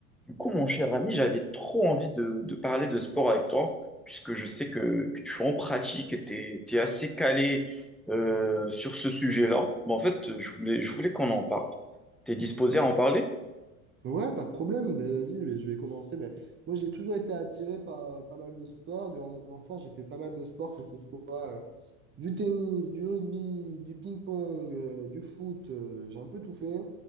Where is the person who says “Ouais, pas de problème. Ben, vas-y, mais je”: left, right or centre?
Right